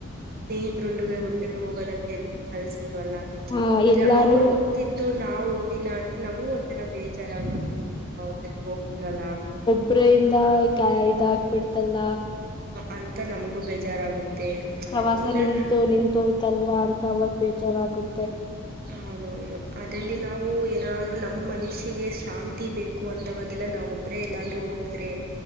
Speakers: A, on the right; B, on the left.
A: ಸ್ನೇಹಿತರುೊಂಡಿಗೆ ಒಟ್ಟಿಗೆ ಹೋಗೋದಕ್ಕೆ ಎಲ್ಗೂ ಕಲ್ಸಲ್ವಲ್ಲ
B: ಆ
A: ಅಂದ್ರೆ
B: ಎಲ್ಲಾನು
A: ಅವ್ರು ಹೋಗ್ತಿದ್ದ ಇದು ನಾವವು ಹೋಗಿಲ್ಲ ಅಂದ್ರೆ ನಮ್ಗ ಒಂಥರ ಬೇಜಾರಾಗುತ್ತೆ ಇ ನಾ್ ಅವ್ರ ಜೊತೆ ಹೋಗ್ತಿಲ್ವಲ್ಲ
B: ಪ್ರ ಇಿಂದ ಕ ಇದ ಹಾಕ್ಬಿಡ್ತಲ್ಲ
A: ಅಂತ ನಮಗೂ ಬೇಜಾರಾಗುತ್ತೆ
B: ಪ್ರವಾಸ
A: ಇನ್ನನ್
B: ನಿಂತು ನಿಂತೋಯ್ತಲ್ವಾ ಅಂತ ಅವಾಗ ಬೇಜಾರಾಗುತ್ತೆ
A: ಹೌದೌದು ಅದರಲ್ಲಿ ನಾವು ಏನಾದೂ ನಮ್ಮ ಮನುಷ್ಯಿಗೆ ಶಾಂತಿ ಬೇಕು ು ಅಂದವಾಗೆಲ್ಲ ನಾವವು ಒಬ್ಬ್ರೇ ಎಲ್ಲಾದ್ರೂ ಹೋಗ್ರೆ